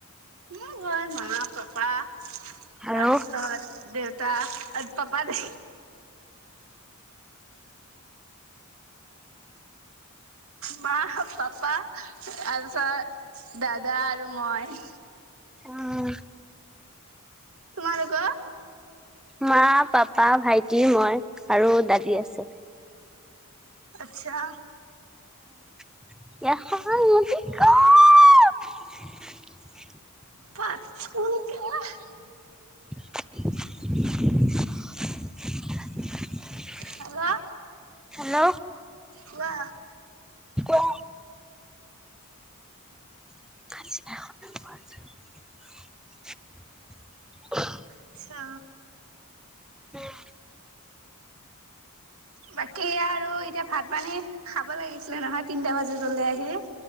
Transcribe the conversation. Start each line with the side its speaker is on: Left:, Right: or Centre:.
Right: মোৰ ঘৰত মা, পাপা
Centre: আৰু
Right: তাৰপিছত দেউতা আজ পাপ আদ। মা, পাপা তাৰ পিছত দাদা আৰু মই
Centre: অঁ।
Right: তোমালোকৰ?
Centre: মা, পাপা, ভাইটি, মই আৰু দাদী আছে।
Right: আচ্ছা।
Centre: <unintelligible>
Right: <unintelligible>
Centre: <unintelligible>
Right: হেল্ল'
Centre: হেল্ল'
Right: কোৱা?
Centre: কোৱা। <unintelligible>
Right: আচ্ছা।
Centre: উম।
Right: বাকী আৰু এতিয়া ভাত পানী খাব লাগিছিলে নহয় তিনটা বাজিলে আহিলি।